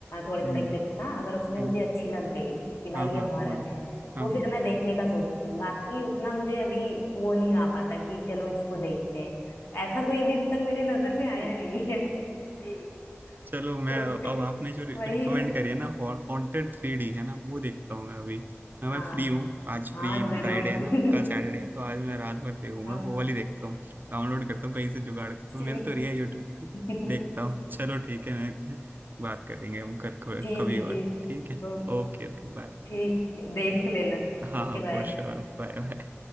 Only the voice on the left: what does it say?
थोड़े
थोड़े क्लिप्स ना अगर उसमें
मुझे अच्छी लग गई कि भाई
ये हॉरर
है
तो फिर
मैं देखने का सोचती हूँ बाकी उतना मुझे अभी वो नहीं आ पाता कि चलो इसको देखते हैं ऐसा कोई अभी तक मेरे नजर में
आया नहीं है <laughs>
तो फिर
वही है
हाँ
हाँ
जरूर
<laughs>
हाँ,
ठीक
ठीक
ठीक
है
ठीक है
ओ,
ठीक है, देख लेना
Okay
bye